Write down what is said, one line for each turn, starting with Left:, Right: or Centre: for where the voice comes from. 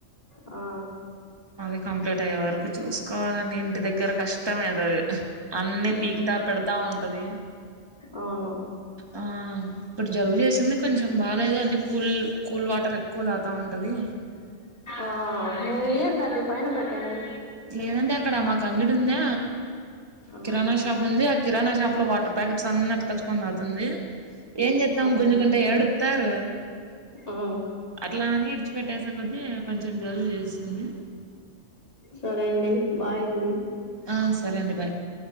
Left: ఆ
Right: అవి కంప్లీట్ అయ్యే వరకు చూస్ కోవాలండి ఇంటి దగ్గర కష్టమైతాది అన్నీ
Left: ఉమ్
Right: పీకుతా పెడతా ఉంటది
Left: అవును
Right: ఆ ఇప్పుడు జలుబు చేసింది కొంచెం బాలేదు అన్ని కూల్ కూల్ వాటర్ ఎక్కువ తాగుతా ఉంటది
Left: ఆ ఏ ఏందండి పైన పెట్టండి
Right: లేదంటే అక్కడ మాకు అంగిడుందా
Left: ఆ
Right: కిరాణా షాప్ ఉంది అ కిరాణా షాప్ లో వాటర్ ప్యాకెట్స్ అన్నీ ఎత్తకొచ్చుకొని తాగుతుంది ఏం చేత్తం
Left: ఓకే
Right: గుంజుకుంటే ఏడు తారు
Left: ఆ
Right: అట్లా అని ఇడిచిపెట్టేసే కొద్దీ కొంచెం జలుబు చేస్ ఏంది
Left: సరే అండి బాయ్ అండి
Right: ఆ సరే అండి బాయ్